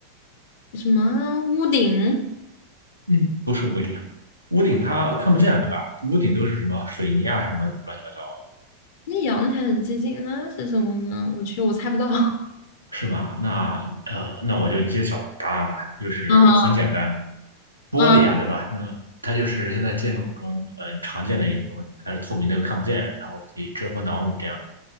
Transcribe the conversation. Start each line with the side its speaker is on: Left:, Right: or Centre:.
Left: 什么屋顶？
Right: 嗯，不是屋顶，屋顶它看不见对吧？屋顶都是什么水泥啊什么乱七八糟，
Left: 那阳台很接近，那是什么呢？我去，我猜不到。<laughs>
Right: 是吗？那呃，那我就揭晓答案吧，就是很简单，
Left: 嗯
Right: 玻璃啊，
Left: 嗯
Right: 对吧？那它就是现在建筑中很常见的一种东西，它是透明的，又看不见，然后可以遮风挡雨，这样